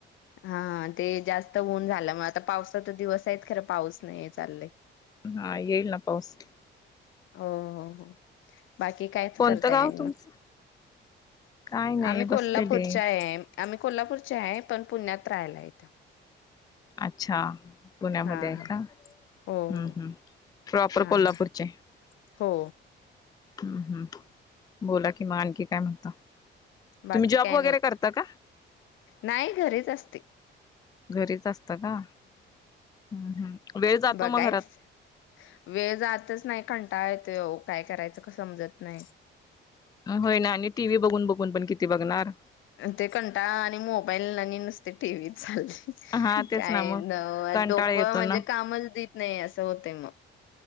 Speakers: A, on the left (about 90°); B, on the left (about 20°).
A: हा ते जास्त ऊन झालं. मग आता, पावसाचं दिवस आहेत खरं पाऊस नाही, हे चाललंय.
B: हा, येईल ना पाऊस.
A: हो हो हो. बाकी कायच
B: कोणतं
A: करताय
B: गाव
A: आणि
B: तुमचं
A: मग?
B: काय नाही
A: आम्ही कोल्हापूरच्या
B: बसलेले
A: आहे आम्ही कोल्हापूरचे आहे, पण पुण्यात राहायला आहे इथं.
B: अच्छा, पुण्यामध्ये
A: हा
B: आहे
A: हा
B: का?
A: हो
B: हम्म
A: हो
B: हम्म प्रॉपर
A: हा
B: कोल्हापूरचे
A: हा.
B: आहे.
A: हो.
B: हम्म हम्म बोला कि म आणखी काय म्हणता?
A: बाकी
B: तुम्ही जॉब
A: काय
B: वगेरे
A: नाही बघ
B: करता का?
A: नाही घरीच असते
B: घरीच असत का? हम्म हम्म. वेळ जातो
A: बगायच
B: मग घरात
A: वेळ जातच नाइ कंटाळ त्येव काय करायच का समजत नइ
B: होय ना आणि टी वी बघून बघून पण किती बघणार.
A: ते कंटा आणि मोबाईल आणि नुसते टीव्ही चालय
B: हा तेच
A: काय
B: ना मग
A: न
B: कंटाळा
A: डोक
B: येतो
A: म्हणजे
B: ना
A: कामच देत नाही अस होतय मग.